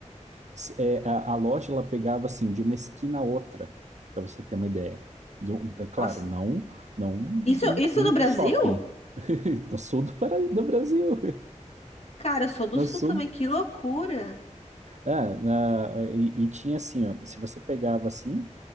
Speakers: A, on the right; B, on the left.
A: se- é, a, a loja ela pegava assim de uma esquina a outra, para você ter uma ideia. De um- da- claro,
B: Nossa,
A: não, não um,
B: isso, isso
A: um-
B: no Brasil?
A: um shopping. <laughs> No sul do, Para- do Brasil,
B: Cara, eu sou do
A: no
B: Sul
A: sul.
B: também, que loucura.
A: É, na- e, e tinha assim, ó, se você pegava assim,